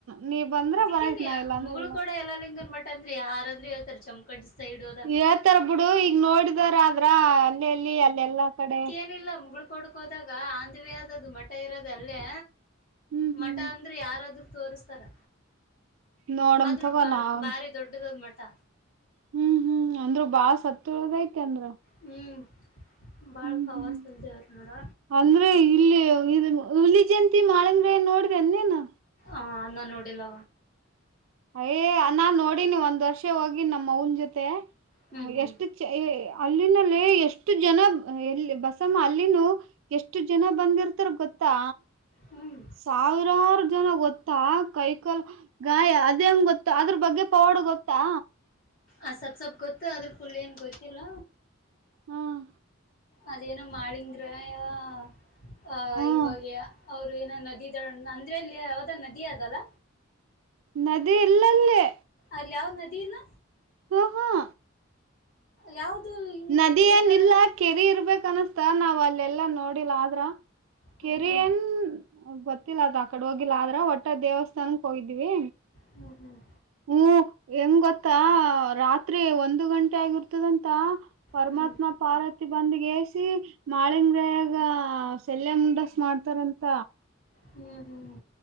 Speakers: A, on the right; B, on the left.
A: ನೀ ಬಂದ್ರ
B: ಅದಕ್ಕೆನ್
A: ಬರಕ್ ನಾ ಇಲ್ಲ ಅಂದ್ರ
B: ಮುಗಳಕೋಡ
A: ಇಲ್ಲ
B: ಯಲ್ಲಾ ಲಿಂಗನ್ ಮಟ್ಟ ಅಂದ್ರ ಯಾರ್ ಆದ್ರೂ ಹೇಳ್ತಾರ ಜಮಖಂಡಿ ಸೈಡ್ ಹೋದಾಗ
A: ಹೇಳ್ತಾರ ಬಿಡು ಈಗ್ ನೋಡಿದಾರ ಆದ್ರ ಅಲ್ಲ ಅಲ್ಲಿ ಅಲ್ಲಿ ಎಲ್ಲಾ ಕಡೆ
B: ಏನಿಲ್ಲಾ ಮುಗಲ್ ಕೊಡ್ಕೋದಾಗ ಓನ್ ಥ ವೇ ಆದದು ಮಠ ಇರೋದ ಅಲ್ಲೇ.
A: ಹ್ಮ್ ಹ್ಮ್
B: ಮಠ ಅಂದ್ರ ಯಾರಾದ್ರೂ ತೋರಸ್ತಾರ್.
A: ನೋಡಮ
B: ಆದ್ರೂ
A: ತಗೋ
B: ಬ
A: ನಾವ್
B: ಭಾರಿ ದೊಡ್ಡದದ ಮಠ್.
A: ಹ್ಮ್ ಹ್ಮ್ ಅಂದ್ರು ಬಾಳ ಸತ್ಯ ಉಳದೇತ್ ಅಂದ್ರ.
B: ಹ್ಮ್ ಭಾಳ
A: ಹ್ಮ್
B: ಪವರ್
A: ಹ್ಮ್
B: ಫುಲ್ ದೇವ್ರ. ನೋಡ್
A: ಅಂದ್ರೆ ಇಲ್ಲಿ ಇ ಹುಲಿ ಜಯಂತಿ ಮಾಳಿಂಗಯ್ಯನ್ ನೋಡ್ದಿ ಏನ್ ನೀನೂ
B: ಆ ನಾನ್ ನೋಡಿಲ್ಲ.
A: ಅಯೇ ನಾನ್ ನೋಡಿನಿ ಒಂದ್ ವರ್ಷ ಹೋಗಿ ನಮ್ಮವನ್ನ ಜೊತೆ
B: ಹ್ಮ್ ಹ್ಮ್
A: ಎಷ್ಟು ಎ ಅಲ್ಲಿಂದಲೇ ಎಸ್ಟ್ ಎಷ್ಟು ಜನ ಎಲ್ಲಿ ಬಸಮ್ಮ ಅಲ್ಲಿನೂ ಎಷ್ಟು ಜನ ಬಂದಿರ್ತಾರ ಗೊತ್ತಾ?
B: ಹಂ.
A: ಸಾವಿರಾರ ಜನಾ ಗೊತ್ತಾ ಕೈ ಕಾಲ ಗಾಯ ಗೊತ್ತಾ ಅದರ್ ಬಗ್ಗೆ ಪವಾಡ್ ಗೊತ್ತಾ?
B: ಆ ಸೊಪ್ ಸೊಪ್ಪ ಗೊತ್ತು ಅದ್ರ ಫುಲ್ ಏನ್ ಗೊತ್ತಿಲ್ಲ.
A: ಹ್ಮ್
B: ಅದೇನೋ ಮಾಳಿಂಗ್ರೆಯಾ ಆ
A: ಹ್ಮ
B: ಇವಾಗ ಅವ್ರ ಏನೋ ನದಿ ದಡ್ ಅಂದ್ರೆ ಇಲ್ಲಿ ಯಾವ್ದ ನದಿ ಅದಲ್?
A: ನದಿ ಇಲ್ಲ ಅಲ್ಲೇ.
B: ಅಲ್ಲಿ ಯಾವ್ ನದಿ ಇಲ್ಲ?
A: ಉಹು ಉಹು.
B: ಯಾವ್ದೂ ಹಿಂಗ
A: ನದಿ
B: ಕೇರಿತರಾ
A: ಏನ್ ಇಲ್ಲ
B: ಇಲ್ಲಾ?
A: ಕೆರಿ ಇರ್ಬೇಕ ಅನಸ್ತ ನಾವ್ ಅಲ್ಲೆಲ್ಲಾ ನೋಡಿಲ್ಲ ಆದ್ರ
B: ಹ್ಮ್
A: ಕೆರಿ
B: ಹ್ಮ್
A: ಏನ್ ಗೊತ್ತಿಲ್ಲ ಅದ ಆಕಡೆ ಹೋಗಿಲ್ಲ ಆದ್ರ ಒಟ್ಟ ದೇವಸ್ಥಾನಕ್ ಹೋಗಿದ್ವಿ.
B: ಹ್ಮ್ ಹ್ಮ್
A: ಹ್ಮ ಹೆಂಗ್ ಗೊತ್ತಾ ರಾತ್ರಿ ಒಂದು ಗಂಟೆ ಆಗಿರ್ತದಂತ ಪರಮಾತ್ಮ
B: ಹ್ಮ್
A: ಪಾರ್ವತಿ ಬಂದಗೆಸಿ ಮಾಳಿಂಗಯ್ಯಾಗ ಸೆಲ್ಲೆ ಮುಂಡೆಸಿ ಮಾಡ್ತಾರಂತ
B: ಹ್ಮ್ ಹ್ಮ್